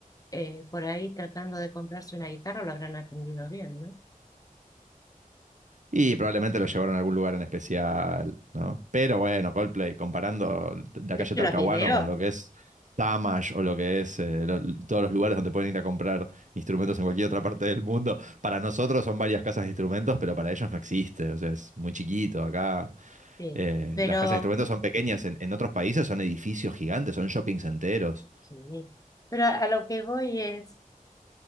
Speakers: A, on the left; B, on the right.
A: eh, por ahí tratando de comprarse una guitarra lo habrán atendido bien, ¿no?
B: Y probablemente lo llevaron a algún lugar en especial, ¿no? Pero bueno, Coldplay, comparando la
A: ¿Viste
B: calle Talcahuano
A: los videos?
B: con lo que es Tamash o lo que es eh, lo- todos los lugares donde pueden ir a comprar instrumentos en cualquier otra parte del mundo, para nosotros son varias casas de instrumentos, pero para ellos no existe, o sea, es muy chiquito acá.
A: Sí,
B: eh,
A: pero,
B: las casas de instrumentos son pequeñas, en, en otros países son edificios gigantes, son shoppings enteros.
A: sí, pero a lo que voy es